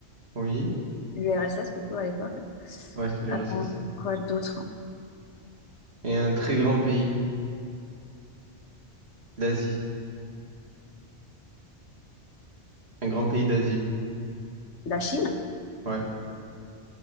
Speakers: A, on the right; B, on the left.
A: Oui.
B: l'URSS plutôt à l'époque.
A: Ouais, c'est l'URSS.
B: Euh, quoi d'autre?
A: Et un très grand pays d'Asie. Un grand pays d'Asie.
B: La Chine?
A: Ouais.